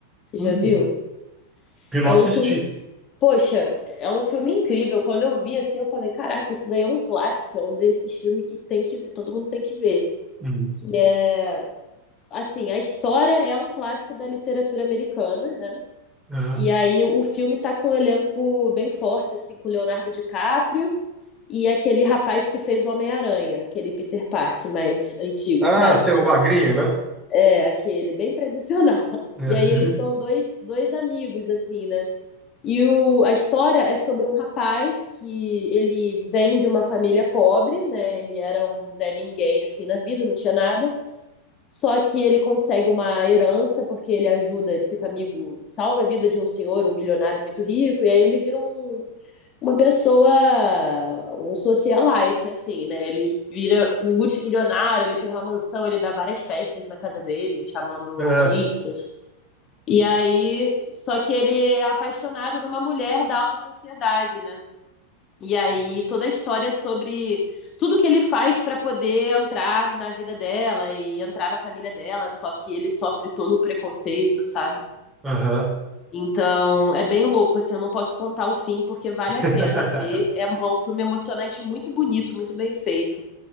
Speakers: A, on the left; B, on the right.
A: Você
B: Hum.
A: já viu?
B: Eu não
A: É
B: assisti.
A: um filme, poxa, é um filme incrível. Quando eu vi assim, eu falei, caraca, isso daí é um clássico, é um desses filmes que tem que ver, todo mundo tem que ver.
B: Hum.
A: Que é, assim, a história é um clássico da literatura americana, né?
B: Uhum.
A: E aí o filme tá com um elenco bem forte, assim, com o Leonardo DiCaprio e aquele rapaz que fez o Homem-Aranha, aquele Peter Parker mais antigo,
B: Ah,
A: sabe?
B: você é o magrinho, né?
A: É, aquele bem tradicional. <laughs>
B: É.
A: E aí eles são dois, dois amigos, assim, né? E o, a história é sobre um rapaz que ele vem de uma família pobre, né? Ele era um Zé Ninguém, assim, na vida, não tinha nada. Só que ele consegue uma herança porque ele ajuda, ele fica amigo, salva a vida de um senhor, um milionário muito rico, e aí ele vira um, uma pessoa, um socialite, assim, né? Ele vira um multimilionário, ele tem uma mansão, ele dá várias festas na casa dele, chamando
B: É,
A: artistas. E aí, só que ele é apaixonado numa mulher da alta sociedade, né? E aí toda a história sobre tudo que ele faz para poder entrar na vida dela e entrar na família dela, só que ele sofre todo o preconceito, sabe?
B: aham.
A: Então é bem louco, assim, eu não posso contar o fim porque vale
B: <laughs>
A: a pena ver. É um é um filme emocionante, muito bonito, muito bem feito.